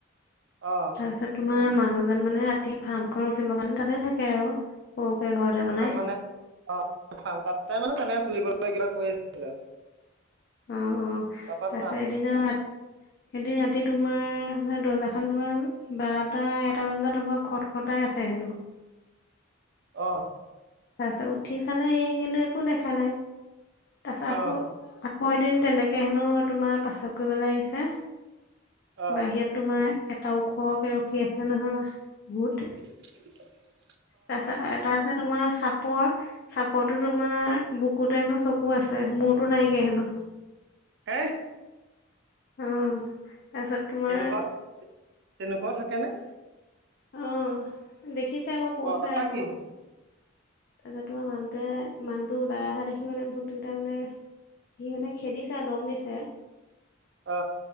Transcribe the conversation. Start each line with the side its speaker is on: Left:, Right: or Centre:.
Right: অহ
Left: তাছত তোমাৰ মানুহজন মানে ৰাতি ফাৰ্মখন ৰখিবৰ কাৰণে তাতে থাকে আৰু। সৰু কে ঘৰ বনাই
Right: ফাৰ্ম মানে অ <unintelligible> তাতে মানে তেনেক চলিব কোনোবা কিবা কৈ আছিলে
Left: অ অ তাৰপিছত
Right: তাৰপা কোৱা
Left: এদিনা আৰু ৰা
Right: <unintelligible>
Left: এদিন ৰাতি তোমাৰ দৰ্জাখন তোমাৰ বাৰটা এটামান বজাত হ'ব খট খটাই আছে হেনো।
Right: অহ।
Left: তাৰ পিছত উঠি চালে সি কিন্তু একো দেখা নাই, তাৰপিছত
Right: অ
Left: আকৌ মই এদিন তেনেকে হেনো তোমাৰ পেচাব কৰিবলে আহিছে।
Right: অ
Left: বাহিৰত তোমাৰ এটা ওখকে ৰখী আছে নহয় ভূত।
Right: <inaudible>
Left: তাৰপিছত এটা আছে তোমাৰ চাপৰ। চাপৰতো তোমাৰ বুকুতে হেনো চকু আছে, মূৰতো নাইকিয়া হেনো।
Right: হেই।
Left: হুম, তাৰপিছত তোমাৰ
Right: তেনেকুৱা ক তেনেকুৱাও থাকেনে?
Left: অহ, দেখিছে আকৌ কৈছে
Right: অ তাপা
Left: আকৌ।
Right: কি হ'ল
Left: তাৰপিছত তোমাৰ মানুটোৱে মানহটো ওলাই অহা দেখি মানে ভোতকেইটা মানে সি মানে খেদিছে আৰু দম দিছে।
Right: অ